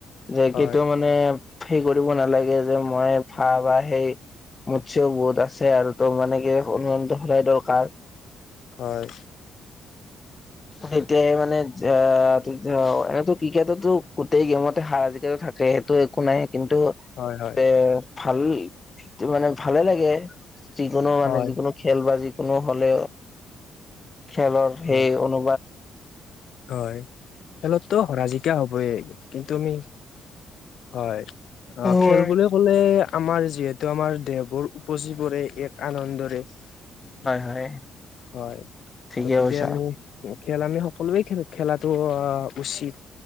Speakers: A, on the left; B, on the left.
A: যে
B: হয়
A: কিটো মানে সেই কৰিব নালাগে যে, মই ভা বা সেই মুতছেও বহুত আছে আৰু ত' মানে কি অনুমানটো সদায় দৰকাৰ
B: হয়
A: তেতিয়াই মানে যা এতিয়াও এনে ক্ৰিকেটো গোতেই গেমতে হাৰা-জিকা টো থাক টো একো নাই। কিন্তু,
B: হয় হয়
A: এৰ ভাল মানে ভালে লাগে যিকোনো মানে
B: হয়
A: যিকোনো খেল বা যিকোনো হলে খেলৰ সেই
B: হয়
A: অনু
B: হয়, খেলতটো হৰা -জিকা হবয়ে। কিন্তু, আমি হয় অহ
A: হয়
B: খেল বুলি ক'লে আমাৰ যিহেতু এইটো আমাৰ দেহবোৰ উপচি পৰে এক আনন্দৰে <inaudible>
A: হয়
B: হয়,
A: ঠিকে
B: গতিকে
A: কৈছা
B: আমি খেল আমি সকলোৱে খেলাটো অহ উচিত।